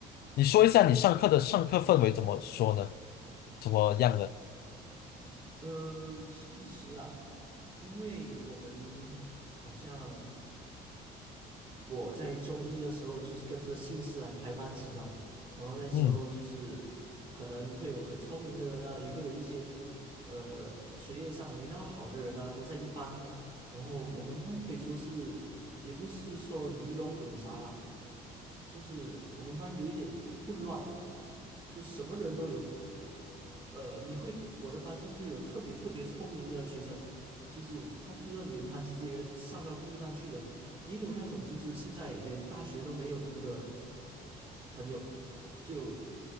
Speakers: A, on the left; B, on the right.
A: 你说一下你上课的上课氛围怎么说呢？怎么样呢？
B: 呃，其实啊，因为我们好像我在中医的时候就是跟着姓氏来排班级嘛，然后那时候就是可能会有很聪明的人啊，
A: 嗯
B: 也会有一些呃学业上没那么好的人啊，都在一班。然后我们班可以说是也不是说鱼龙混杂啦，就是我们班有一点混乱，就什么人都有。呃，你会，我的班上就有特别特别聪明的学生，就是他第二年他直接上到第一班去了，也有那种就是现在连大学都没有读的朋友，就